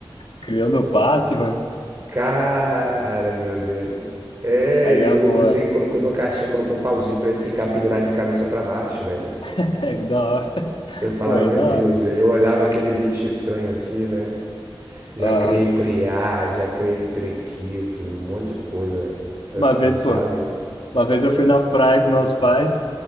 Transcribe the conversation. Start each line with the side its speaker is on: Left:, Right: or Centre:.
Left: criando o Batman,
Right: Cara, meu Deus. É,
Left: aí
Right: ele
Left: é
Right: pegou
Left: boa.
Right: o morcego e colocou ele numa caixinha, colocou um pauzinho pra ele ficar pendurado de cabeça pra baixo, velho.
Left: <laughs> É que da hora,
Right: Eu falava,
Left: pô, é
Right: meu
Left: da
Right: Deus,
Left: hora.
Right: e aí eu olhava aquele bicho estranho assim, né? Já
Left: Aham.
Right: criei preá, já criei prequito, um monte de coisa assim,
Left: Uma vez,
Right: sabe?
Left: pô, uma vez eu fui na praia com meus pais,